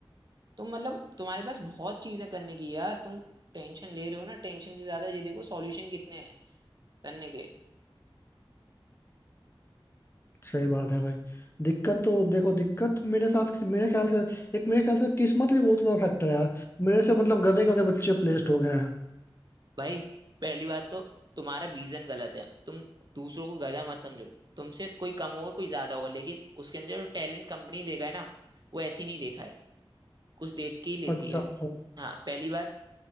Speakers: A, on the right; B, on the left.
A: तुम मतलब तुम्हारे पास बहुत चीजें करने की यार तुम टेंशन ले रहे हो ना टेंशन से ज्यादा ये देखो सॉल्यूशन कितने हैं करने के
B: सही बात है भाई दिक्कत तो देखो दिक्कत मेरे साथ मेरे ख्याल से एक मेरे ख्याल से किस्मत भी बहुत बड़ा फैक्टर है यार मेरे से मतलब गधे गधे बच्चे प्लेस्ड हो गए हैं
A: भाई पहली बात तो तुम्हारा विजन गलत है तुम दूसरों को गधा मत समझो तुमसे कोई कम होगा कोई ज्यादा होगा लेकिन उसके अंदर जो टैलेंट कंपनी देखा है ना वो ऐसी नहीं देखा है कुछ देख के ही लेती
B: अच्छा
A: है
B: अच्छा
A: हाँ पहली बात